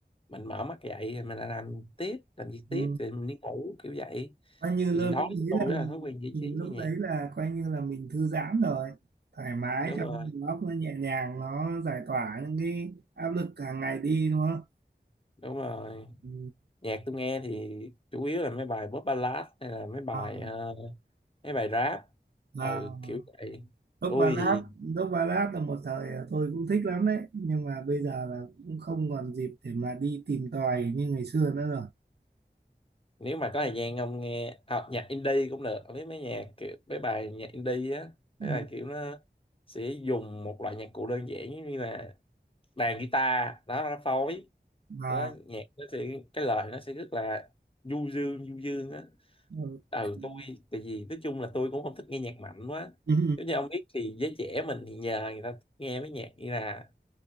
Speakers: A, on the left; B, on the right.
A: mình mở mắt dậy thì mình lại làm tiếp làm việc
B: ừ.
A: tiếp thì mình đi ngủ kiểu vậy
B: coi như
A: thì
B: lơ
A: đối
B: lúc
A: với
B: đấy
A: tôi
B: là
A: đó
B: mình
A: là thói quen giải
B: mình
A: trí
B: lúc
A: nghe nhạc
B: đấy là coi như là mình thư giãn rồi thoải mái
A: đúng
B: cho
A: rồi
B: đầu óc nó nhẹ nhàng nó giải tỏa những cái áp lực hàng ngày đi đúng không
A: đúng rồi
B: ừ.
A: nhạc tôi nghe thì chủ yếu là mấy bài pop ballad hay là mấy bài
B: à,
A: ờ, mấy bài rap
B: à.
A: ừ kiểu vậy
B: Dốc
A: tôi
B: Ballad
A: thì
B: Dốc Ballad là một thời tôi cũng thích lắm đấy nhưng mà bây giờ là cũng không còn dịp để mà đi tìm tòi như ngày xưa nữa rồi
A: nếu mà có thời gian ông nghe à, nhạc indie cũng được ông biết mấy nhạc kiểu mấy bài nhạc indie á
B: Ừ.
A: mấy bài kiểu nó sẽ dùng một loại nhạc cụ đơn giản giống như là đàn guitar đó nó phối
B: mà
A: đó nhạc nó sẽ cái lời nó sẽ rất là du dương du dương á
B: ờ,
A: ừ
B: ừ,
A: tôi tại vì nói chung là tôi cũng không thích nghe nhạc mạnh quá
B: ừ,
A: giống như ông biết thì giới trẻ mình thì nhờ người ta nghe mấy nhạc như là